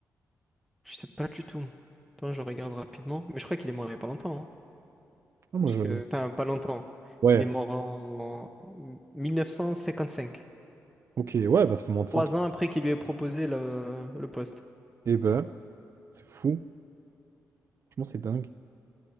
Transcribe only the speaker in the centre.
Je sais pas du tout. Attends, je regarde rapidement. Mais je crois qu'il est mort il y a pas longtemps. hein.
Parce
que, enfin, pas longtemps.
Il est mort en 1955.
Trois ans après qu'il lui ait proposé le, le poste.